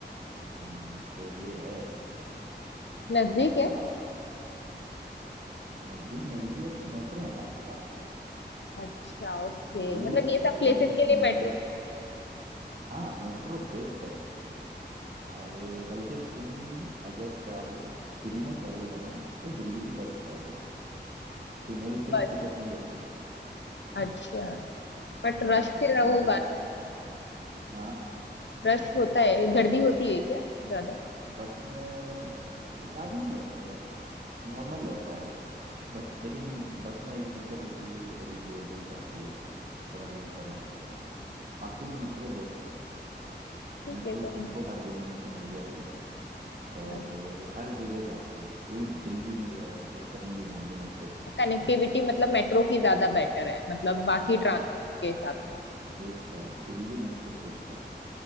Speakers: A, on the right; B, on the left.
A: हम्म, तो ये है
B: नजदीक है
A: बाकी नज़दीक नहीं भी है तो मेट्रो है ना आपके पास
B: अच्छा ओके
A: दिल्ली
B: मतलब ये सब
A: दिल्ली
B: प्लेसेस
A: की
B: के लिए
A: मेट्रो
B: मेट्रो
A: हाँ मेट्रो बेस्ट है और बल्कि तुम अगर चाहो फ्री में ट्रैवल करना तो दिल्ली की बस ट्राई करो फीमेल्स के लिए
B: बस
A: टिकट नहीं लगती
B: अच्छा बट
A: हाँ
B: रश
A: उसको
B: फिर होगा
A: उनके लिए
B: ना
A: हाँ
B: रश होता है गर्दी होती है क्या ज्यादा
A: बस में थो- ज्यादा नहीं होगा रश नॉर्मल रहता है बस लेकिन बस में एक दिक्कत होती है कि वो थोड़ी देर देर से आती है थोड़ा वेट करना पड़ेगा बाकी मेट्रो बेस्ट है
B: ठीक
A: मेट्रो
B: है कोई
A: तुमको हर दो मिनट में मिल जाएगी और
B: नहीं
A: हर जगह जाती है पूरी दिल्ली में जो है मतलब कहीं भी घूम लो मेट्रो से
B: कनेक्टिविटी मतलब मेट्रो की ज्यादा बेटर है मतलब बाकी
A: बहुत
B: ट्रांसपोर्ट
A: बेस्ट
B: के हिसाब
A: है भाई बेस्ट है दिल्ली मेट्रो बेस्ट है